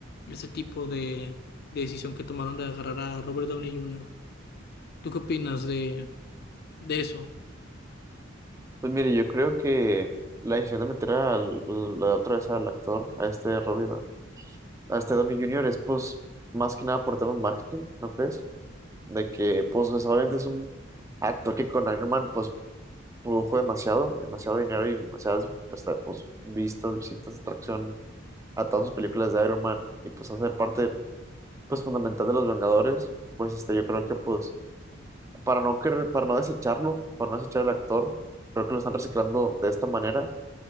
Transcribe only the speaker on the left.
ese tipo de, de decisión que tomaron de agarrar a Robert Downey Jr. ¿Tú qué opinas de de eso.